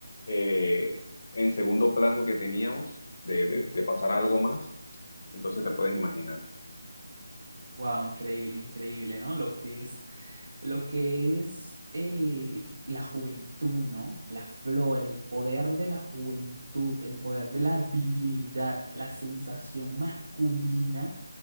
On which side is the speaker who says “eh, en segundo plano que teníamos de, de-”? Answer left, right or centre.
Left